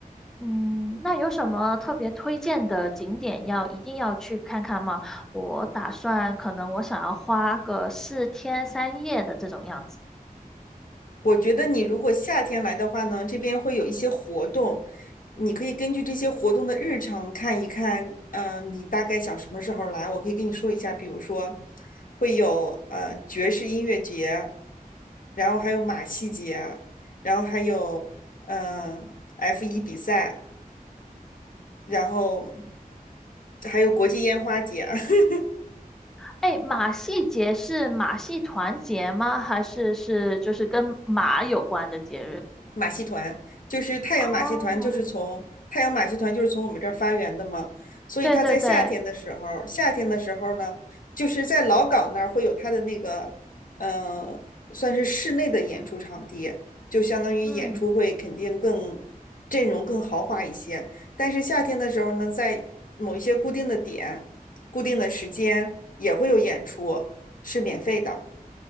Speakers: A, in the centre; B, on the left (about 65°).
A: 嗯，那有什么特别推荐的景点要一定要去看看吗？我打算可能我想要花个四天三夜的这种样子。
B: 我觉得你如果夏天来的话呢，这边会有一些活动，你可以根据这些活动的日程看一看，呃，你大概想什么时候来，我可以跟你说一下，比如说会有呃爵士音乐节，然后还有马戏节，然后还有呃 f 一比赛，然后还有国际烟花节。<laughs>
A: 哎，马戏节是马戏团节吗？还是是就是跟马有关的节日？
B: 马戏团，就是太阳马戏团，
A: 哦，
B: 就是从太阳马戏团就是从我们这儿发源的嘛，所以它在夏天的时候，
A: 对对对，
B: 夏天的时候呢，就是在老港那儿会有它的那个，呃，算是室内的演出场地，就相当于演出会肯定更阵容更豪华一些，
A: 嗯，
B: 但是夏天的时候呢，在某一些固定的点、固定的时间也会有演出，是免费的，